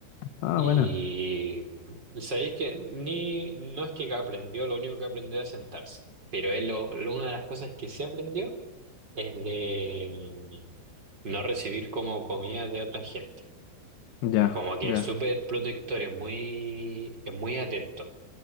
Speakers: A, on the left (about 80°); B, on the right (about 25°).
A: Ah,
B: y
A: bueno.
B: sabéis que ni, no es que aprendió, lo único que aprendió es sentarse, pero él lo, lo- una de las cosas que sí aprendió es de mm, no recibir como comida de otra gente.
A: Ya,
B: Como que
A: ya,
B: es súper protector, es muy, es muy atento.